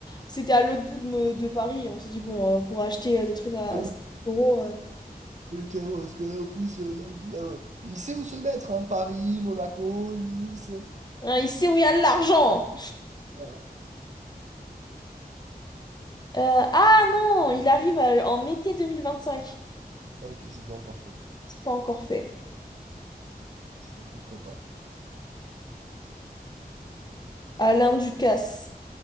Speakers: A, on the left (about 25°); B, on the right (about 50°).
A: c'était à l'autre bout de, me- de Paris. On s'est dit, bon, euh, pour acheter euh, des trucs à
B: Ah oui,
A: 5 euros, euh,
B: oui, carrément, parce que là, en plus, euh, là, il- là, ouais. Il sait où se mettre, hein, Paris, Monaco, Nice. Il sait-
A: hein, il sait où il y a de l'argent.
B: voilà.
A: Euh, ah non, il arrive à- en été 2025.
B: Ah ok, c'est pas encore fait quoi.
A: C'est pas encore fait.
B: C'est en cours de prépa.
A: Alain Ducasse.